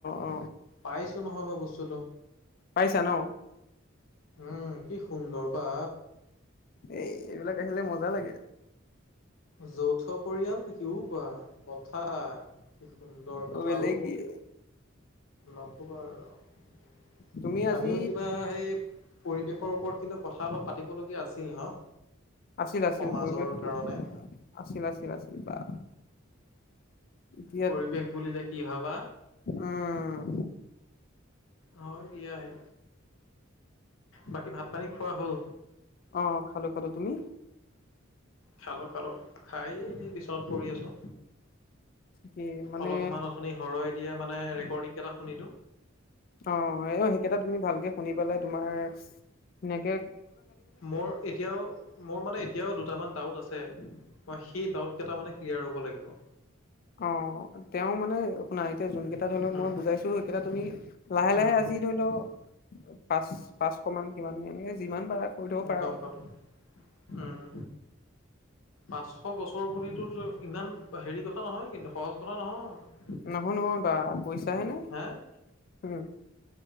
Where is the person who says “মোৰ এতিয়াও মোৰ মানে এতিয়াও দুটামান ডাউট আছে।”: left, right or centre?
Left